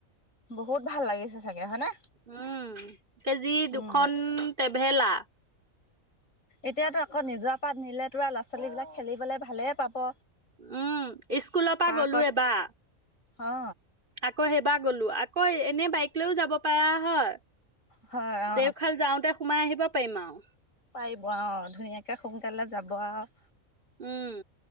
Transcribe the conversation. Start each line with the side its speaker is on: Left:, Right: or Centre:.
Left: বহুত ভাল লাগিছে চাগে হয়নে?
Right: উম! কেজি দুখন
Left: উম,
Right: টেভেলাৰ
Left: এতিয়াতো আকৌ নিজৰ পাত নিলে তোৰা ল'ৰা ছোৱালীবিলাক খেলিবলৈ ভালে পাব
Right: উম স্কুলৰ পৰা
Left: পাৰ্কত
Right: গ'লো এইবাৰ
Left: অ
Right: আকৌ সেইবাৰ গ'লো আকৌ এনে বাইক লৈও যাব পাৰা হয়
Left: হয় অ
Right: দেওশাল যাওঁতে সোমাই আহিব পাৰিম আৰু
Left: পাৰিব আহ ধুনীয়াকে সোনকালে যাব আৰু
Right: উম